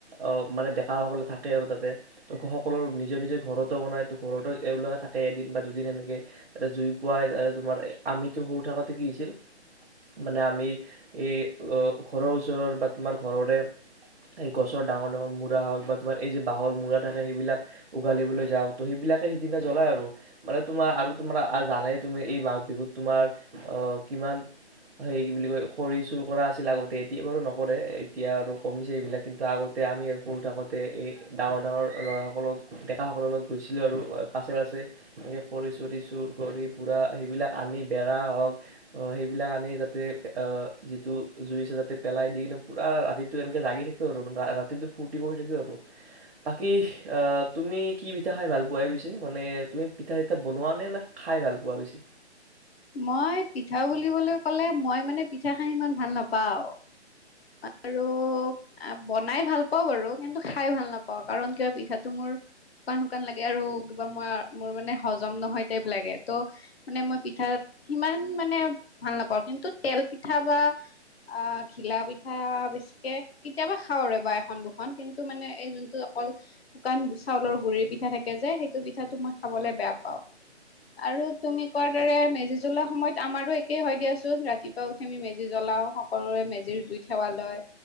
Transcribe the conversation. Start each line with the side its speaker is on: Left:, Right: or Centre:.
Right: আহ মানে ডেকাসকলে থাকে আৰু তাতে ত' সকলোৰ নিজৰ নিজৰ ঘৰতো বনাই ত' ঘৰতো এওঁলোকে থাকে এদিন বা দুদিন এনেকে, তাতে জুই পোৱাই তোমাৰ আমিতো সৰু থাকোতে কি হৈছিল মানে আমি এই ঘৰৰ ওচৰৰ বা তোমাৰ ঘৰৰে এই গছৰ ডাঙৰ ডাঙৰ মূৰা হওক বা তোমাৰ এই যে বাঁহৰ মূৰা থাকে সেইবিলাক উঘালিবলৈ যাও ত সেইবিলাক সিদিনা জ্বলাই আৰু মানে তোমাৰ আৰু তোমাৰ জানা তুমি এই মাঘ বিহুত তোমাৰ আহ কিমান সেই কি বুলি কয় খৰি চুৰ কৰা আছিল আগতে এতিয়া বাৰু নকৰে এতিয়া আৰু কমিছে এইবিলাক কিন্তু আগতে আমি সৰু থাকোতে এই ডাঙৰ ডাঙৰ ল'ৰাসকলত ডেকাসকলৰ লগত গৈছিলোঁ আৰু পাছে পাছে। খৰি চৰি চুৰ কৰি সেইবিলাক আনি বেৰা হওক সেইবিলাক আনি যাতে অ যিটো যো পেলাই দি কিনে পুৰা ৰাতিটো এনেকে জাগি থাকে আৰু ৰাতিটো ফূৰ্তি কৰি থাকোঁ আৰু, বাকি অ তুমি কি পিঠা খাই ভাল পোৱা? পিছে মানে তুমি পিঠা চিঠা বনোৱা নে? নে খাই ভাল পোৱা পোৱা বেছি?
Left: মই পিঠা বুলিবলৈ ক'লে মই মানে পিঠা খাই ইমান ভাল নাপাওঁ, আৰু বনাই ভাল পাওঁ বাৰু কিন্তু খাই ভাল নাপাওঁ কাৰণ কিবা পিঠাটো মোৰ শুকান শুকান লাগে আৰু কিবা মই মোৰ মানে হজম নহয় টাইপ লাগে ত' মানে মই পিঠা, সিমান মানে ভাল নাপাওঁ কিন্তু তেল পিঠা বা, আহ ধিলা পিঠা অ বেছিকে কেতিয়াবা খাওঁ আৰু বা এখন দুখন কিন্তু মানে এই যোনটো অকল শুকান গুচ চাউলৰ গুৰিৰ পিঠা থাকে যে সেইটো পিঠাটো মই খাবলে বেয়া পাওঁ, আৰু তুমি কত? মেজি জ্বলা সময়ত আমাৰো একেই হয় দিয়াচোন ৰাতিপুৱা উঠি আমি মেজি জ্বলাওঁ সকলোৰে মেজিৰ জু ইত সেৱা লয়।